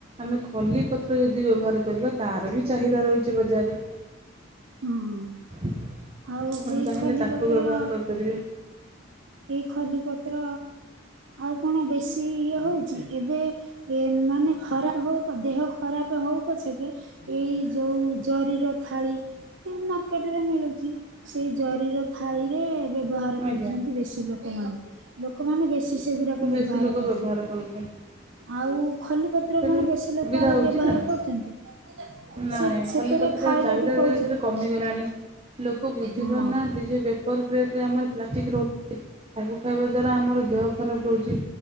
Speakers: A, on the right; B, on the right.
A: ଆମେ ଖଲି ପତ୍ର ଯଦି ବ୍ୟବହାର କରିବା ତାର ବି ଚାହିଦା ରହିଛି ବଜାରରେ।
B: ହଁ
A: ଆପଣ
B: ଆଉ ଏଇ
A: ଚାହିଁଲେ
B: ଖଲିପତ୍ର
A: ତାକୁ ବ୍ୟବହାର କରିପାରିବେ।
B: ଏଇ ଖଲି ପତ୍ର ଆଉ କଣ ବେଶୀ ଇଏ ହଉଛି ଏବେ ଏମାନେ ଖରାପ ହଉ ଦେହ ଖରାପ ହଉ ପଛେ କି ଏଇ ଯୋଉ ଜରିର ଥାଳି ଏ ମାର୍କେଟ୍ ରେ ମିଳୁଛି ସେଇ ଜରିର ଥାଳି ରେ ବ୍ୟବହାର କରୁଛନ୍ତି
A: ଆଜ୍ଞା
B: ବେଶୀ ଲୋକ ଲୋକମାନେ ଲୋକମାନେ ବେଶି ସେଗୁଡ଼ାକ
A: ବେଶୀ
B: ବ୍ୟବହାର
A: ଲୋକ
B: କରୁଛନ୍ତି
A: କରୁଛନ୍ତି
B: ଆଉ ଖଲି ପତ୍ର
A: ସେଟା
B: କଣ ବେଶୀ ଲୋକ
A: ସୁବିଧା
B: ଆଉ
A: ହେଉଛି
B: ବ୍ୟବହାର
A: ନା
B: କରୁଛନ୍ତି।
A: ନାଇଁ
B: ସେ ସେଥିରେ
A: ଖଲିପତ୍ରର
B: ଖାଇଲାଠୁ
A: ଚାହିଦା
B: କହୁଛି
A: ଧୀରେ ଧୀରେ କମିଗଲାଣି ଲୋକ ବୁଝି
B: ହଁ।
A: ପାରୁନାହାନ୍ତି ଯେ ପେପର୍ ପ୍ଲେଟ୍ ଆମର ପ୍ଲାଷ୍ଟିକ୍ ରହୁଛି ତାକୁ ଖାଇବା ଦ୍ୱାରା ଆମର ଦେହ ଖରାପ ରହୁଛି।